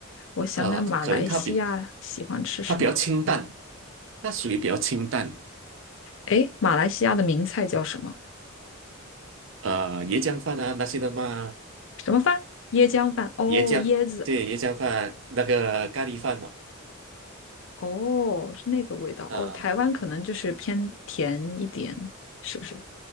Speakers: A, on the left; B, on the right.
A: 我想想，
B: 啊，
A: 马来西亚喜欢吃什么？
B: 可能它比它比较清淡，它属于比较清淡，
A: 诶，马来西亚的名菜叫什么？
B: 呃，椰浆饭啊那些的嘛，
A: 什么饭？椰浆饭。哦，
B: 椰浆，
A: 椰子。
B: 对，椰浆饭那个咖喱饭嘛，
A: 哦，是那个味道。
B: 啊、
A: 哦，台湾可能就是偏甜一点，是不是？